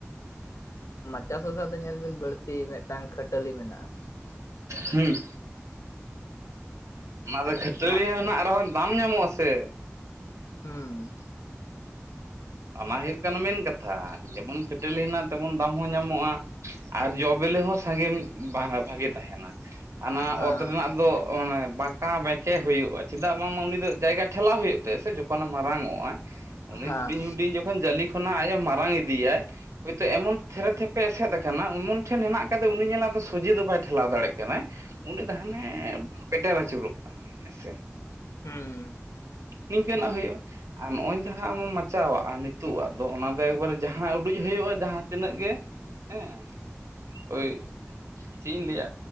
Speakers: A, on the left (about 80°); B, on the right (about 85°).
A: ᱢᱟᱪᱟ ᱥᱚᱥᱟ ᱫᱚ ᱧᱮᱞ ᱵᱤᱱ ᱵᱟᱹᱲᱛᱤ ᱢᱤᱫᱴᱟᱝ ᱠᱷᱟᱹᱴᱟᱹᱞᱤ ᱢᱮᱱᱟᱜᱼᱟ
B: ᱦᱩᱸ ᱚᱱᱟ ᱫᱚ ᱠᱷᱟᱹᱴᱟ.
A: ᱢᱟᱜ
B: ᱞᱤ ᱢᱮᱱᱟᱜ ᱨᱮᱦᱚᱸ ᱫᱟᱢ ᱧᱟᱢᱚᱜᱼᱟ ᱥᱮ
A: ᱦᱩᱸ
B: ᱚᱱᱟ ᱦᱩᱭᱩᱜ ᱠᱟᱱᱟ ᱢᱮᱱ ᱠᱟᱛᱷᱟ ᱡᱮᱢᱚᱱ ᱠᱷᱟᱹᱴᱟᱹᱞᱤ ᱦᱮᱱᱟᱜ ᱛᱮᱢᱚᱱ ᱫᱟᱢ ᱦᱚᱸ ᱧᱟᱢᱚᱜᱼᱟ ᱟᱨ ᱡᱚ ᱵᱤᱞᱤ ᱦᱚᱸ ᱥᱟᱸᱜᱮᱢ ᱵᱷᱟ ᱵᱷᱟᱜᱮ ᱛᱟᱦᱮᱱᱟ ᱦᱟᱱᱟ
A: ᱦᱮᱸ
B: ᱚᱛ ᱨᱮᱱᱟᱜ ᱫᱚ ᱚᱱᱮ ᱵᱟᱸᱠᱟ ᱵᱮᱸᱠᱮ ᱦᱩᱭᱩᱜᱼᱟ ᱪᱮᱫᱟᱜ ᱵᱟᱝᱢᱟ ᱩᱱᱤ ᱫᱚ ᱡᱟᱭᱜᱟ ᱴᱷᱮᱞᱟᱣ ᱦᱩᱭᱩᱜ ᱛᱟᱭᱟ ᱥᱮ ᱡᱚᱠᱷᱚᱱᱮ ᱢᱟᱨᱟᱝᱚᱜ-ᱟ ᱩᱱᱤ
A: ᱦᱮᱸ
B: ᱦᱩᱰᱤᱧ ᱦᱩᱰᱤᱧ ᱡᱚᱠᱷᱚᱱ ᱡᱟᱹᱞᱤ ᱠᱷᱚᱱᱟᱜ ᱟᱡ-ᱮ ᱢᱟᱨᱟᱝ ᱤᱫᱤᱭᱟ ᱦᱚᱳᱭᱛᱳ ᱮᱢᱚᱱ ᱛᱷᱮᱨᱮ ᱛᱷᱮᱯᱮ ᱮᱥᱮᱫ ᱟᱠᱟᱱᱟ ᱮᱢᱚᱱ ᱴᱷᱮᱱ ᱦᱮᱱᱟᱜ ᱠᱟᱫᱮ ᱩᱱᱤ ᱧᱮᱞᱟ ᱫᱚ ᱥᱚᱡᱮ ᱫᱚ ᱵᱟᱭ ᱴᱷᱮᱞᱟᱣ ᱫᱟᱲᱮᱭᱟᱜ ᱠᱟᱱᱟᱭ ᱩᱱᱤ ᱫᱚ ᱦᱟᱱᱮ ᱯᱮᱴᱮᱨ ᱟᱹᱪᱩᱨᱚᱜ ᱠᱟᱱᱟᱭ ᱦᱮᱸ ᱥᱮ
A: ᱦᱩᱸ
B: ᱱᱤᱝᱠᱟᱹᱱᱟᱜ ᱦᱩᱭᱩᱜᱼᱟ ᱟᱨ ᱱᱚᱜᱼᱚᱭ ᱡᱟᱦᱟᱸ ᱟᱢᱮᱢ ᱢᱟᱪᱟᱣᱟᱜ ᱟᱨ ᱱᱤᱛᱳ ᱟᱜ ᱫᱚ ᱚᱱᱟ ᱫᱚ ᱮᱠᱵᱟᱨᱮ ᱡᱟᱦᱟᱸ ᱩᱰᱩᱡ ᱦᱩᱭᱩᱜᱼᱟ ᱡᱟᱦᱟᱸ ᱛᱤᱱᱟᱹᱜ ᱜᱮ ᱦᱮᱸ ᱳᱭ ᱪᱮᱫ ᱤᱧ ᱞᱟᱹᱭᱟ